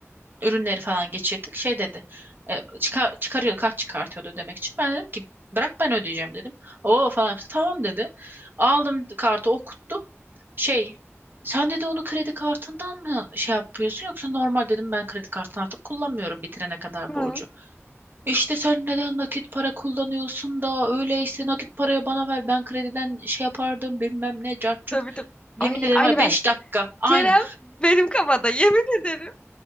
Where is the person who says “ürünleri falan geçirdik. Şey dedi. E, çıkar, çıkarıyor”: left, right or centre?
Right